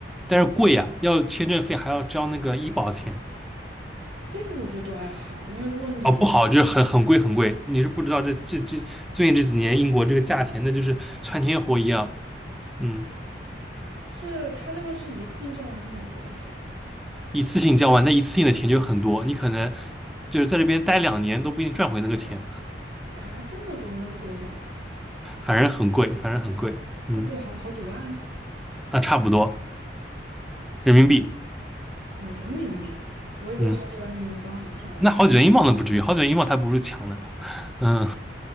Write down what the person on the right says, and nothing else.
这个我觉得都还好，因为如果你
是他这个是一次性交完，还是每个月都要交啊？
啊，这么多吗？那是多少啊？
对不得好好几万啊
哦，人民币，我以为好几万英镑呢，
吓我一跳。